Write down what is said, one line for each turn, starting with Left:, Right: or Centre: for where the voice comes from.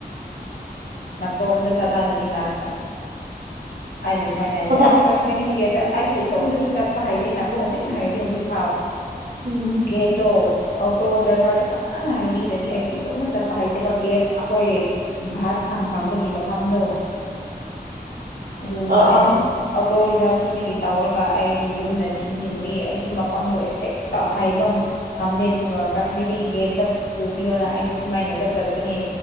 Left: ꯃꯇꯣꯝꯇ ꯆꯥꯊꯥꯅꯅꯤ ꯂꯥꯁꯇ ꯑꯩꯅ ꯁꯨꯃꯥꯏꯅ ꯍꯥꯏꯕꯗꯤ
Right: ꯀꯗꯥꯏ
Left: ꯑꯩꯁꯨ ꯀꯥꯁꯃꯤꯔꯤ ꯒꯤ ꯑꯩꯁꯨ ꯏꯇꯣꯝꯗꯗꯤ ꯆꯠꯄ ꯍꯥꯏꯇꯦꯅꯀꯣ ꯍꯧꯖꯤꯛ ꯍꯥꯏꯔꯗꯤ ꯍꯧꯖꯤꯛ ꯐꯥꯎ
Right: ꯎꯝ
Left: ꯒꯦꯠꯇꯣ ꯑꯣꯇꯣ ꯗ꯭ꯔꯥꯏꯚꯔꯗꯣ ꯐꯖꯅ ꯍꯥꯏꯕꯤꯔꯗꯤ ꯑꯩꯁꯨ ꯏꯇꯣꯛꯅ ꯆꯠꯄ ꯍꯩꯇꯦꯕ ꯒꯦꯠ ꯑꯩꯈꯣꯏ ꯚꯁ ꯐꯪ ꯐꯪꯕꯒꯤ ꯃꯐꯝꯗꯣ ꯑꯗꯨꯅ
Right: ꯑꯥ
Left: ꯑꯩꯅ
Right: ꯑꯥ ꯑꯥ
Left: ꯑꯣꯇꯣ ꯄꯖꯥꯁꯤꯗꯒꯤ ꯇꯧꯔꯒ ꯑꯩꯒꯤ ꯌꯨꯝꯗ ꯊꯤꯟ ꯊꯤꯟꯕꯤ ꯑꯩꯁꯨ ꯃꯐꯝꯗꯣ ꯑꯦꯍꯦꯛꯇ ꯍꯥꯏꯐꯝ ꯉꯝꯗꯦ ꯑꯗꯨꯒ ꯀꯥꯁꯃꯤꯔꯤ ꯒꯦꯠꯇ ꯄꯨꯕꯤꯌꯣꯅ ꯑꯩꯁꯨ ꯁꯨꯃꯥꯏꯅ ꯆꯠ ꯆꯠꯄꯅꯦ